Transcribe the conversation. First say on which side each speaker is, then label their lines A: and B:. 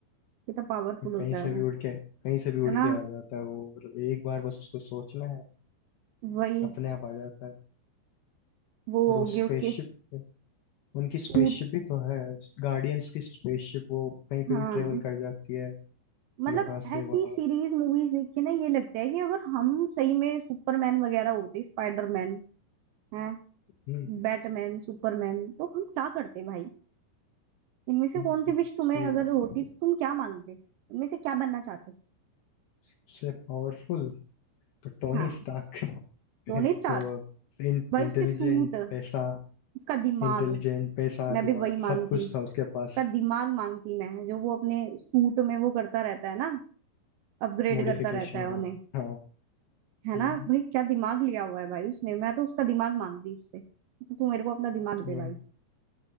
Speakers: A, on the right (about 80°); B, on the left (about 75°).
A: कितना पावरफुल होता
B: कहीं से
A: है वो
B: भी उड़ के कहीं से भी उड़
A: है
B: के
A: ना
B: आ जाता है वो मतलब एक बार बस उसको सोचना है
A: वही
B: अपने आप आ जाता है
A: वो
B: और
A: हो
B: वो
A: गए
B: स्पेसशिप
A: उसके
B: उनकी
A: सूट
B: स्पेसशिप भी तो है गार्डियंस की स्पेसशिप वो कहीं पे
A: हाँ
B: भी ट्रेवल कर जाती है
A: मतलब
B: यहाँ से
A: ऐसी
B: वहाँ
A: सीरीज मूवीज देख के ना ये लगता है कि अगर हम सही में सुपरमैन वगैरह होते स्पाइडरमैन है
B: हम्म
A: बैटमैन सुपरमैन तो हम क्या करते भाई इनमें से
B: हम्म,
A: कौन सी विश तुम्हें
B: सही
A: अगर
B: बात
A: होती तो तुम क्या मांगते इनमें से क्या बनना चाहते
B: सबसे पावरफुल तो टोनी
A: हाँ
B: स्टार्क
A: टोनी
B: एक
A: स्टार्क
B: तो
A: भाई
B: इंटेलिजेंट
A: उसके सूट
B: पैसा
A: उसका दिमाग
B: इंटेलिजेंट पैसा
A: मैं
B: दिमाग
A: भी वही मांगती
B: सब कुछ था उसके पास
A: उसका दिमाग मांगती मैं जो वो अपने सूट में वो करता रहता है ना अपग्रेड
B: मॉडिफिकेशन
A: करता रहता है उन्हें
B: हाँ हाँ
A: है
B: बिल्कुल
A: ना भाई क्या दिमाग लिया हुआ है भाई उसने मैं तो उसका दिमाग मांगती उससे तू मेरे को अपना दिमाग दे
B: वही
A: भाई